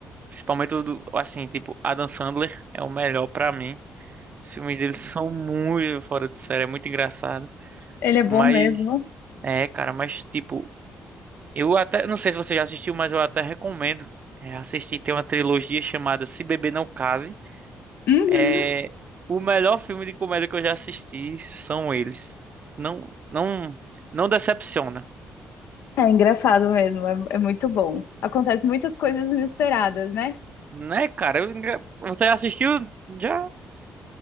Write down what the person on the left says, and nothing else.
Ele é bom
mesmo.
Uhum.
É engraçado mesmo, é, é muito bom. Acontece muitas coisas inesperadas, né?